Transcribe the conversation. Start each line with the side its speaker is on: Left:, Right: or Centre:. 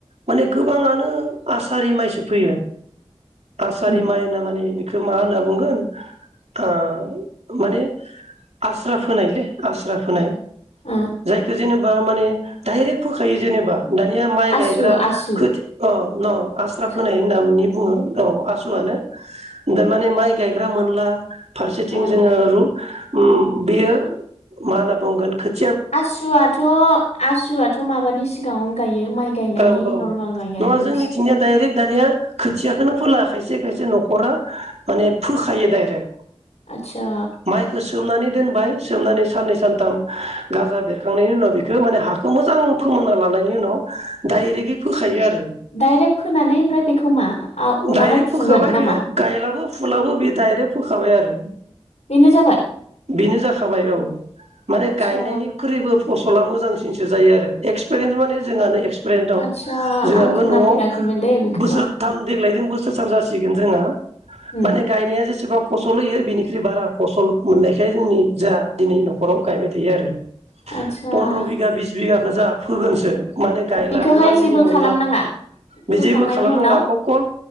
Right: माने गोबाङानो आसारि माइसो फोयो आसारि
Left: उम
Right: माइना माने बे मा होनना बुंगोन ओ माने आस्रा फोनायलै आस्रा फोनाय
Left: ओ
Right: जायखौ जेनेबा माने डाइरेक्ट फोखायो जेनेबा दानिया माइ
Left: आसु
Right: गायग्रा
Left: आसु
Right: खोथि औ न आस्रा
Left: अ
Right: फोनाय होननानै बुङो औ आसुआनो दामाने माइ गायग्रा मोनला फारसेथिं
Left: अ
Right: जोङो रु उम बेयो मा होन बुंगोन खोथ
Left: आसुआथ आसुआथ माबानि सिगाङावनो गायो माइ गायनायनि
Right: औ औ
Left: नरमेल माइ गायनायनि
Right: नङा जोंनिथिंनिया
Left: सिगां
Right: डाइरेक्ट दानिया खोथियाखौनो फोला खायसे खायसे नखराव माने फोखायो डाइरेक्ट
Left: आतसा
Right: माइखौ सोमनानै दोनबाय सोमनानै साननै सानथाम गाजा बेरखांनायनि उनाव बेखौ माने हाखौ मोजां फोमोनना लानायनि उनाव डाइरेक्टयै फोखायो आरो
Left: डाइरेक्ट फोनानै ओमफ्राय बेखौ मा आ उनावहाय
Right: डाइरेक्ट फोखाबाय
Left: फुगोन नामा?
Right: बेयाव गायलाबो फुलाबो बे डाइरेक्ट फोखाबाय आरो
Left: बेनो जाबाय
Right: बेनो जाखाबाय औ माने
Left: आदसा
Right: गायनायनिख्रुइबो फसला मोजांसिनसो जायो आरो एक्सपेरियेन्स माने जोंहानो फ्राय दं
Left: आदसा
Right: जोंहाबो
Left: आं खोनाफेराखैमोन
Right: न'आव
Left: दे बेखौबा
Right: बोसोरथाम देग्लायजों बो सो सान जासिगोन जोंहा
Left: उम
Right: माने गायनाया जेसेबां फसल होयो बिनिख्रुइ बारा फसल मोननायखाय जोंनि जा दिनै नखराव गायबाय थायो आरो।
Left: आदसा
Right: पनद्र बिगा बिस बिगाखौ जाह फोगोनसो माने गायला
Left: बेखौहाय
Right: रुवानिबो
Left: जेबो
Right: मोनला
Left: खालामनाङा
Right: बे
Left: फोखांनायनि
Right: जेबो खालामनांला
Left: उनाव
Right: अकल